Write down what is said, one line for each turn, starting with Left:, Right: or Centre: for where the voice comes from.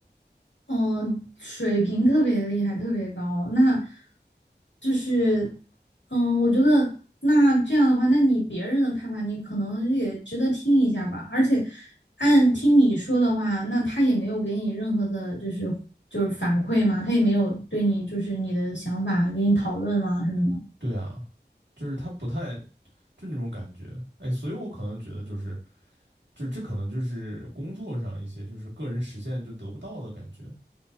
Left: 嗯，水平特别厉害，特别高。那就是，嗯，我觉得那这样的话，那你别人的看法，你可能也值得听一下吧。而且，按听你说的话，那他也没有给你任何的，就是就是反馈嘛，他也没有对你就是你的想法给你讨论啊什么的。
Right: 对啊，就是他不太就那种感觉，哎，所以我可能觉得就是，就这可能就是工作上一些就是个人实现就得不到的感觉。